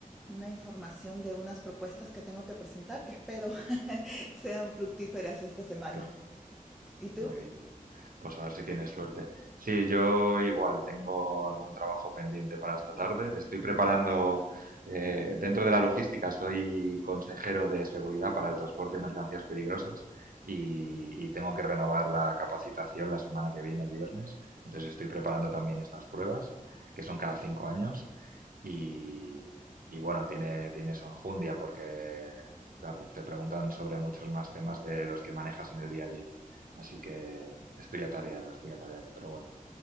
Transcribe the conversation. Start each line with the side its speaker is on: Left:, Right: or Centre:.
Centre: una información de unas propuestas que tengo que presentar, que espero <laughs> sean fructíferas esta semana.
Right: Claro,
Centre: ¿Y tú?
Right: muy bien. Pues a ver si tienes suerte. Sí, yo igual tengo algún trabajo pendiente para esta tarde. Estoy preparando, eh, dentro de la logística, soy consejero de seguridad para el transporte de mercancías peligrosas y, y tengo que renovar la capacitación la semana que viene, el viernes. Entonces estoy preparando también estas pruebas, que son cada cinco años. Y, y bueno, tiene, tiene su enjundia porque, claro, te preguntan sobre muchos más temas de los que manejas en el día a día. Así que estoy atareado, estoy atareado, pero bueno,